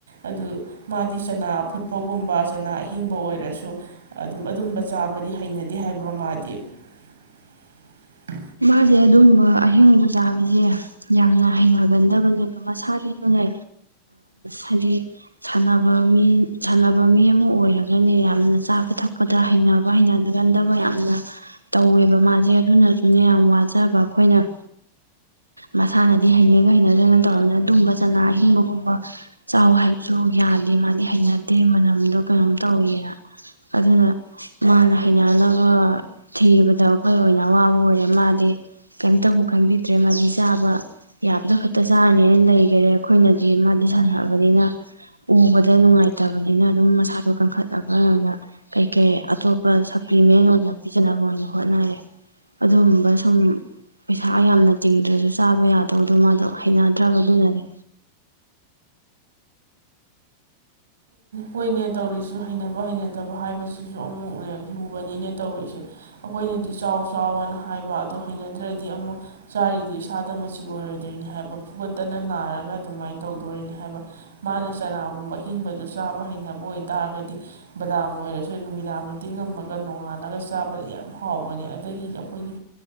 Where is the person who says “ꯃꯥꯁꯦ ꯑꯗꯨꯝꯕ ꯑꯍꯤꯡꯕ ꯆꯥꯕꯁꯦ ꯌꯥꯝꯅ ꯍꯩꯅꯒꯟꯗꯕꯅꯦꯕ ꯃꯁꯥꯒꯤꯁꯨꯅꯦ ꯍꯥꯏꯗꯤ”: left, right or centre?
Right